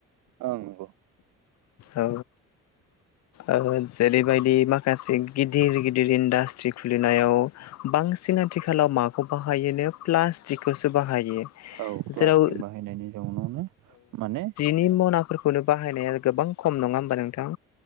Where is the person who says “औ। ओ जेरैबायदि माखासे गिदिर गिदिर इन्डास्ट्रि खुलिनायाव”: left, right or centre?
Left